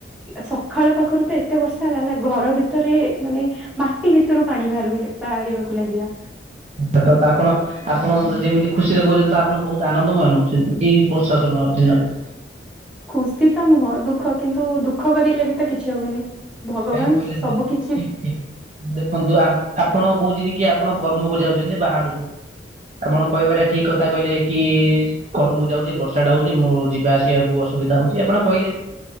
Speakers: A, in the centre; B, on the right.
A: ସକାଳ ପାଖରୁ ତ ଏତେ ବର୍ଷା ହେଲା ହେଲା ଘର ଭିତ ତରେ ମାନେ ମାଟି ଭିତରୁ ପାଣି ବାହାର ବାହାରିବାକୁ ଲାଗିଲା।
B: ଆଛ ତା ଆପଣ ଆପଣ ମାନେ ତ ଯେମିତି ଖୁସିରେ କହୁଛନ୍ତି ତ ଆପଣ ବହୁତ ଆନନ୍ଦମୟ ନେଉଛନ୍ତି ଏଇ ବର୍ଷା ସମୟ ଦିନରେ।
A: ଖୁସି ତ ନୁହଁ ଦୁଃଖ କିନ୍ତୁ ଦୁଃଖ କରିଲେ ବି ତ କିଛି ହବନି। ଭଗବାନ
B: କାହିଁକି କହିଲେ
A: ସବୁ
B: ଦେଖନ୍ତୁ
A: କିଛି
B: ଠିକ ଠିକ ଦେଖନ୍ତୁ ଆମ୍ ଆପଣ କହୁଛନ୍ତି କି ଆପଣ କର୍ମକୁ ଯାଉଛନ୍ତି ବାହାରକୁ। ଆପଣ କହିବାଟା ଠିକ କଥା କହିଲେ କି କର୍ମକୁ ଯାଉଛି ବର୍ଷାଟା ହଉଛି ମୁଁ ଯିବା ଆସିବାକୁ ଅସୁବିଧା ହଉଛି ଆପଣ କହିଲେ।